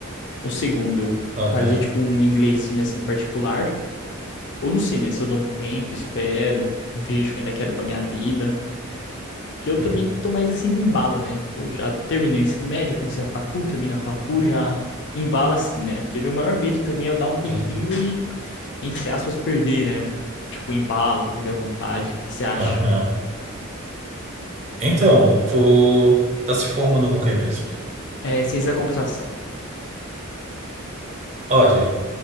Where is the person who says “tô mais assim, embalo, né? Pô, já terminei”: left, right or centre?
Left